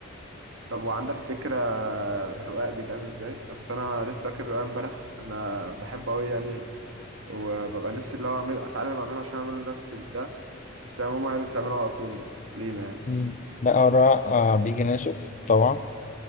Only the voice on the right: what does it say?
طب وعندك فكره الرقاق بيتعمل ازاي اصل انا لسه فاكر الرقاق امبارح انا بحبه قوي يعني وببقى نفسي اللي هو اعمل اتعلم اعمله عشان اعمله لنفسي وبتاع بس هي ماما هي اللي بتعمله على طول لينا يعني